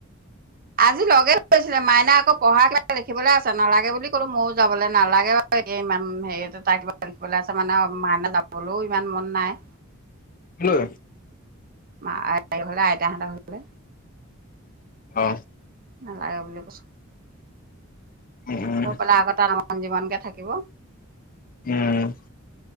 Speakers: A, on the right; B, on the left.
A: আজি লগে ধৰিছিলে মাইনা আকৌ পঢ়া শা দেখিবলৈ আছে নালাগে বুলি কলো ময়ো যাবলৈ নালাগে বু <unintelligible> তে ইমান হেৰিয় তাৰ কিবা লিখিবলৈ আছে মানে মাইনা যাবলৈও ইমান মন নাই।
B: কি হ'ল?
A: মা হলে আইতাহতৰ ঘৰলে।
B: অ
A: নালাগে বুলে কৈছো।
B: উম উম
A: গৈ পেলাই আকৌ তাত আমন জীমন কে থাকিব
B: উম